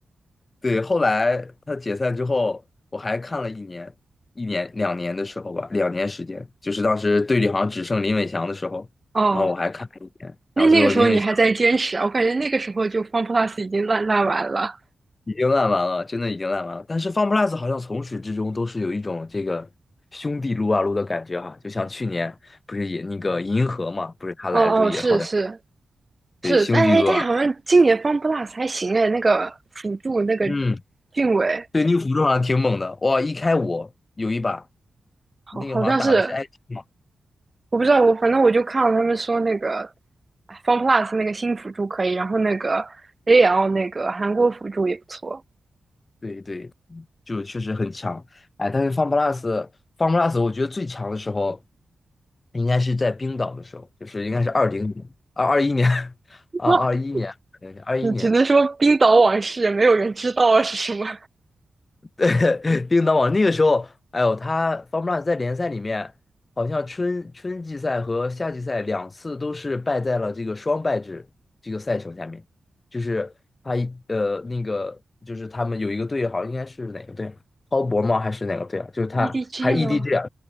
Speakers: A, on the left; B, on the right.
A: 对，后来他解散之后，我还看了一年，一年两年的时候吧，两年时间，就是当时队里好像只剩林伟翔的时候，
B: 哦，
A: 然后我还看了一年，
B: 那那个时候你还在坚持啊？
A: 然后最后林伟翔。
B: 我感觉那个时候就 FunPlus 已经烂烂完了。
A: 已经烂完了，真的已经烂完了。但是 FunPlus 好像从始至终都是有一种这个兄弟撸啊撸的感觉哈、就像去年不是也那个银河嘛，不是他来了之后也好像
B: 哦哦，是是是，
A: 对兄弟撸啊，
B: 但哎但好像今年 FunPlus 还行哎，那个辅助那个
A: 嗯，
B: 俊伟，
A: 对那个辅助好像挺猛的，哇，一开五有一把，
B: 好好像是
A: 那个好像打的是 IT 嘛，
B: 我不知道，我反正我就看了他们说那个 FunPlus 那个新辅助可以，然后那个 AL 那个韩国辅助也不错。
A: 对对，就确实很强。哎，但是 FunPlus FunPlus 我觉得最强的时候应该是在冰岛的时候，就是应该是二零年、二二一年 <laughs> 啊，
B: 哇，
A: 二一年，二一年。
B: 只只能说冰岛往事，没有人知道啊是什么
A: <laughs> 叮当网那个时候，哎呦，他 f o r l u 在联赛里面，好像春春季赛和夏季赛两次都是败在了这个双败制这个赛程下面，就是他一呃那个就是他们有一个队，好像应该是哪个队啊，滔搏吗？还是哪个队啊？就是他还是
B: EDG 吗
A: EDG 啊？